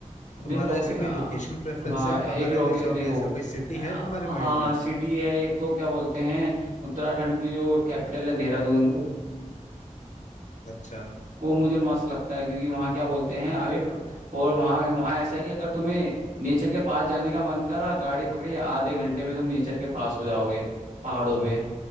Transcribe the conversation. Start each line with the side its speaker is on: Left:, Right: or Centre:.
Left: तुम्हारा
Right: मेरे लोके
Left: ऐसे
Right: आ,
Left: कोई लोकेशन प्रेफरेंस
Right: हाँ
Left: है
Right: एक
Left: कहाँ रहने
Right: लोके
Left: चाहोगे
Right: देखो
Left: ऐसा कोई सिटी
Right: आ,
Left: है तुम्हारे
Right: हाँ
Left: माइंड
Right: हाँ
Left: में
Right: सिटी है एक तो क्या बोलते हैं उत्तराखंड की जो कैपिटल है देहरादून
Left: अच्छा
Right: वो मुझे मस्त लगता है क्योंकि वहाँ क्या बोलते हैं अभी प- और वहाँ वहाँ ऐसा है कि अगर तुम्हें नेचर के पास जाने का मन करा गाड़ी पकड़ी आधे घंटे में तुम नेचर के पास हो जाओगे पहाड़ों पे